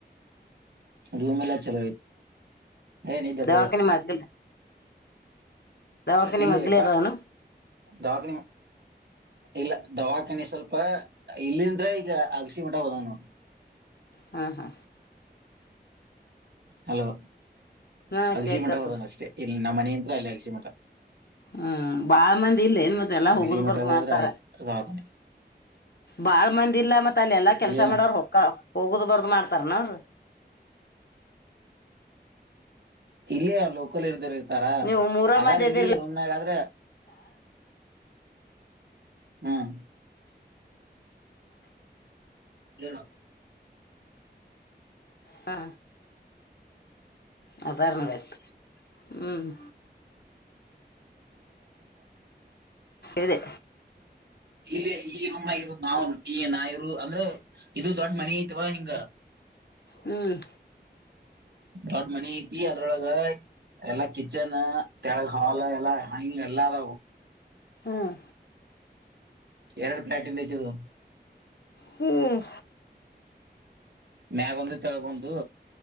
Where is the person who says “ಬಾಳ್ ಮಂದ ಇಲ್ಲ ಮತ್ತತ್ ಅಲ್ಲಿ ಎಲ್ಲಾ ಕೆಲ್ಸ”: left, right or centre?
Left